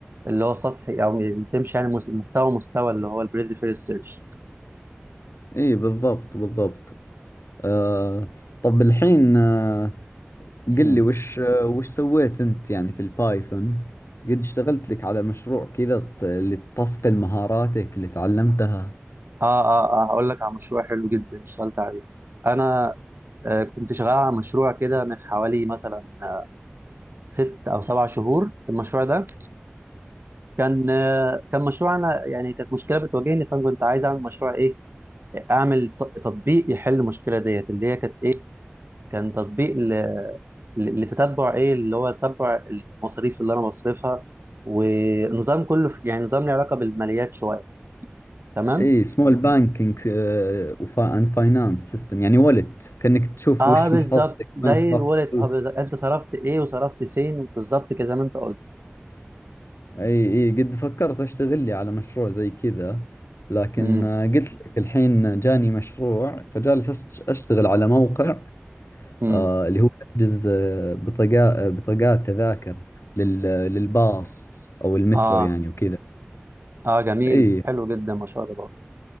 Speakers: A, on the right (about 55°); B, on the left (about 75°).
A: اللي هو سطحي او بتمشي يعني مس- مستوى مستوى اللي هو البريد فيرست سيرش
B: اي بالضبط بالضبط آه طب الحين آه
A: <clears throat> اه
B: قل لي وش آه وش سويت انت يعني في البايثون قد اشتغلت لك على مشروع كذا ت- اللي تصقل مهاراتك اللي تعلمتها
A: اه اه هقول لك على مشروع حلو جدا اشتغلت عليه انا آه، كنت شغال على مشروع كده من حوالي مثلا آه، ست او سبع شهور المشروع ده كان كان مشروع انا يعني كانت مشكله بتواجهني فانا كنت عايز اعمل مشروع ايه اعمل ت- تطبيق يحل المشكله ديت اللي هي كانت ايه كان تطبيق ل- ل- لتتبع ايه اللي هو تتبع المصاريف اللي انا بصرفها ونظام كله في يعني نظام له علاقه بالماليات شويه تمام
B: اي سمول بانكينج اند فاينانس سيستم يعني ولت كأنك تشوف
A: اه
B: وش
A: بالظبط
B: محفظتك
A: زي
B: وين صرفت
A: الولد
B: فلوس
A: هاب بالظبط. انت صرفت ايه وصرفت فين بالظبط كده زي ما انت قلت
B: اي اي قد فكرت اشتغل لي على مشروع زي كذا لكن
A: امم
B: آه، قلت لك الحين جاني مشروع فجالس أش- اشتغل على موقع
A: امم
B: آه، اللي هو تحجز آه، بطاقات بطاقات تذاكر لل- للباص او المترو
A: اه
B: يعني وكذا
A: اه جميل
B: اي
A: حلو جدا ما شاء الله